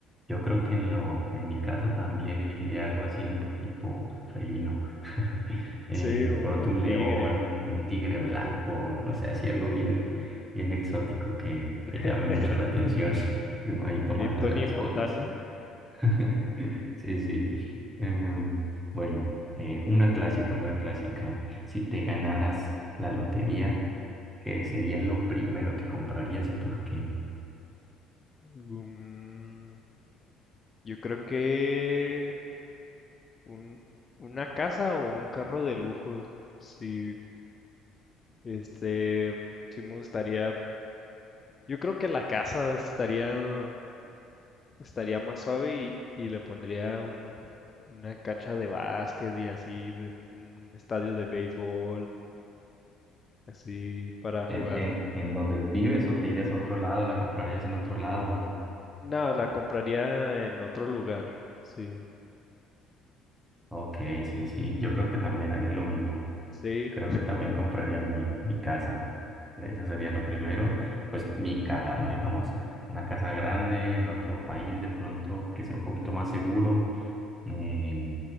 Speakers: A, in the centre; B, on the left.
A: Yo creo que en lo, en mi caso también elegiría algo así, un tipo felino. <laughs> Eh,
B: sí,
A: de
B: u-
A: pronto
B: un
A: un
B: tigre.
A: león, un tigre blanco, no sé, así algo bien, bien exótico que,
B: <laughs>
A: que llame mucho la atención <laughs> y uno ahí tomándose
B: Bien Tony
A: las
B: Montana.
A: fotos. <laughs> Sí, sí. Em, bueno, eh, una clásica, una clásica. Si te ganaras la lotería, ¿qué sería lo primero que comprarías y por qué?
B: Mm, yo creo que un- una casa o un carro de lujo. Sí, Este, sí me gustaría, yo creo que la casa estaría, estaría más suave y, y le pondría un- una cancha de básquet y así, de- un estadio de béisbol, así para
A: ¿En,
B: jugar.
A: en, en donde vives o te irías a otro lado? ¿La comprarías en otro lado?
B: No, la compraría en otro lugar, sí,
A: Ok, sí, sí. Yo creo que también haría lo mismo.
B: sí.
A: Creo que también compraría mi, mi casa. Eso sería lo primero. Pues mi casa, ¿no? Digamos, una casa grande en otro país, de pronto que sea un poquito más seguro eh,